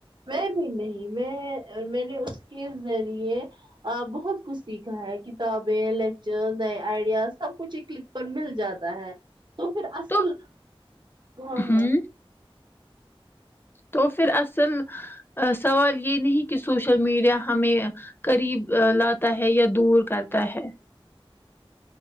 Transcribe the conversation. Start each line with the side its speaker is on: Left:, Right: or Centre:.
Right: میں بھی نہیں میں میں نے اس کے ذریعے بہت کچھ سیکھا ہے کتابیں لیکچر نئے آئیڈیاز سب کچھ ایک کلک پر مل جاتا ہے تو پھر اصل
Left: تو
Right: ہاں
Left: ہوں
Right: ہاں
Left: تو پھر اصل سوال یے نہیں کی سوشل میڈیا ہمیں قریب لاتا ہے یا دور کرتا ہے